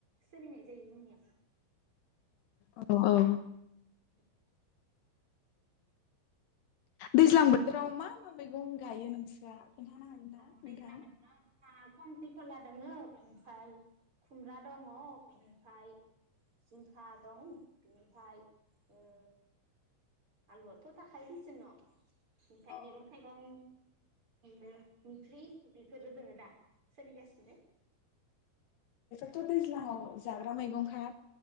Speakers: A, on the right; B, on the left.
A: सोलिनाय जायो जोंनिया
B: औ औ
A: <inaudible>
B: दैज्लां बोथोराव मा मा मैगं गायो नोंस्रा खोन्थानो हागोन ना
A: औ दैज्लां
B: नोंथां?
A: बोथोराव जा खांख्रिखला दङ बेनिफाय खुमब्रा दङ बेनिफाय जिंखा दं बेनिफाय ओ आलुआथ' थाखायो दिसं न ओमफाय
B: औ
A: मैगं थाइगं बिनो ओंख्रि बेफोरो दोङो दा सोलि गासिनो
B: थ' दैज्लाङाव जाग्रा मैगंफ्रा